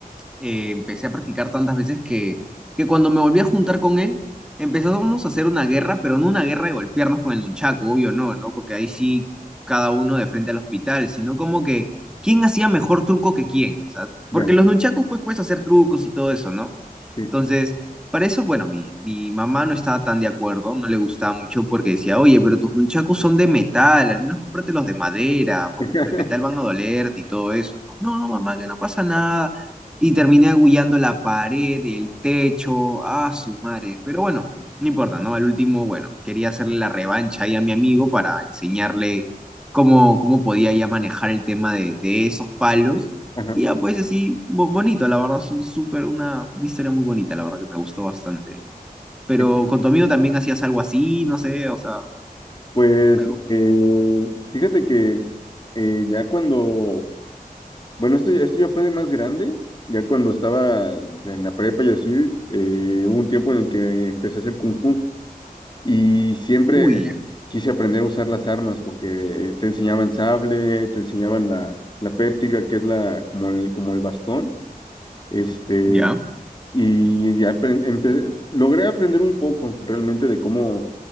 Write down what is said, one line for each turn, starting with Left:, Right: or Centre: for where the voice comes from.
Centre: eh, empecé a practicar tantas veces que, que cuando me volví a juntar con él, empezamos a hacer una guerra, pero no una guerra de golpearnos con el nunchaku, obvio no, ¿no? Porque ahí sí cada uno de frente al hospital, sino como que quién hacía mejor truco que quién, o sea,
Left: Ya,
Centre: porque los nunchakus pues puedes hacer trucos y todo eso, ¿no?
Left: sí.
Centre: Entonces, para eso, bueno, mi, mi mamá no estaba tan de acuerdo, no le gustaba mucho porque decía, oye, pero tus nunchakus son de metal, al menos cómprate los de madera, porque
Left: <laughs>
Centre: los de metal van a dolerte y todo eso. No, no, mamá, que no pasa nada. Y terminé agullando la pared, el techo, a su madre. Pero bueno, no importa, ¿no? Al último, bueno, quería hacerle la revancha ahí a mi amigo para enseñarle cómo, cómo podía ya manejar el tema de, de esos palos.
Left: Ajá,
Centre: Y ya, pues así, bo- bonito, la verdad, son súper una, una historia muy bonita, la verdad que me gustó bastante. Pero
Left: sí.
Centre: con tu amigo también hacías algo así, no sé, o sea,
Left: Pues
Centre: algo...
Left: eh, fíjate que eh, ya cuando, bueno, esto, ya- esto ya fue de más grande, ya cuando estaba en la prepa y así, eh, hubo un tiempo en el que empecé a hacer kung fu. Y siempre
Centre: Uy,
Left: quise aprender a usar las armas porque te enseñaban sable, te enseñaban la, la pértiga, que es la, como el, como el bastón. Este,
Centre: ya,
Left: y ya apre- empe- logré aprender un poco realmente de cómo,